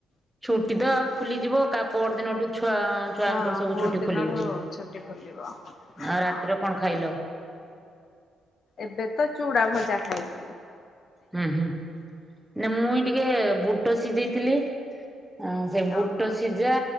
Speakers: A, in the centre; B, on the left.
A: ଛୁଟି ତ ଆଉ ଖୋଲିଯିବ କା ପର ଦିନଠୁ ଛୁଆ ଛୁଆଙ୍କର
B: ହଁ
A: ସବୁ
B: ପହର
A: ଛୁଟି
B: ଦିନଠୁ
A: ଖୋଲୁଛି। ଆ
B: ଛୁଟି ଖୋଲିବ ହଁ।
A: ରାତିରେ କଣ ଖାଇଲ?
B: ଏବେ ତ ଚୁଡା ଭଜା ଖାଇଛି।
A: ହୁଁ ହୁଁ। ନା ମୁଇଁ ଟିକେ ବୁଟ ସିଝେଇଥିଲି ଆ ସେ ବୁଟ
B: ଓହୋ।
A: ସିଝା